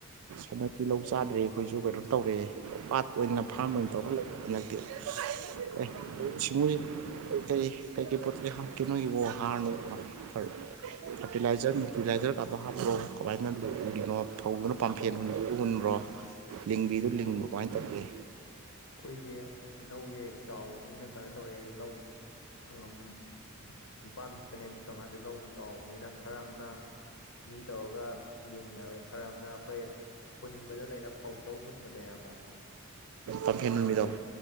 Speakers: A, on the right; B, on the left.
A: ꯍꯟꯗꯛꯇꯤ ꯂꯧ ꯆꯥꯗ꯭ꯔꯦ ꯑꯩꯈꯣꯏꯁꯨ ꯀꯩꯅꯣ ꯇꯧꯔꯦ ꯄꯥꯠ ꯑꯣꯏꯅ
B: ꯎꯝ
A: ꯐꯥꯝ ꯇꯧꯔ ꯂꯩꯔꯦ ꯍꯟꯗꯛꯇꯤ
B: ꯎꯝ
A: ꯑꯦ ꯁꯤꯡꯃꯨꯁꯦ ꯀꯩ ꯀꯩ ꯀꯩ ꯀꯩ ꯄꯣꯠꯆꯩ ꯍꯥꯞꯀꯦ ꯅꯣꯏꯕꯣ ꯍꯥꯔ ꯅꯨꯡ <unintelligible> ꯐꯔꯇꯤꯂꯥꯏꯖꯔ ꯅꯨꯡꯇꯤꯂꯥꯏꯖꯔ ꯀꯥꯇꯣ ꯍꯥꯞꯄ꯭ꯔꯣ ꯀꯃꯥꯏꯅ ꯎꯔꯤꯅꯣ <unintelligible> ꯄꯥꯝꯐꯦꯟ ꯍꯨꯟꯕꯗꯣ ꯍꯨꯟꯕ꯭ꯔꯣ ꯂꯤꯡꯕꯤꯗꯨ ꯂꯤꯡꯕ꯭ꯔꯣ ꯀꯃꯥꯏꯟ ꯇꯧꯔꯤꯒꯦ
B: ꯑꯩꯈꯣꯏꯖꯦ ꯂꯧꯖꯦ ꯆꯥꯎꯕꯅꯤꯅ ꯀꯩꯅꯣ ꯇꯧꯋꯦ ꯑꯩ ꯂꯧ ꯁꯪꯒꯝ ꯅꯤꯄꯥꯟꯃꯨꯛꯇꯅꯦꯅꯤ <unintelligible> ꯂꯧꯗꯣ ꯆꯥꯎꯕꯅꯤꯅ ꯈꯔ ꯑꯝꯅ ꯃꯤ ꯇꯧꯔꯒ ꯂꯤꯡꯉꯦꯕ ꯈꯔ ꯑꯃꯅ ꯑꯩꯈꯣꯏ ꯍꯨꯟꯕꯗꯣ ꯂꯩꯅ ꯐꯧ ꯇꯧ ꯍꯨꯟꯕꯗꯨ ꯏꯌꯥꯝꯕ
A: ꯄꯥꯝꯐꯦꯟ
B: ꯑꯥ
A: ꯍꯨꯟꯕꯤꯗꯣ
B: ꯑꯗꯨ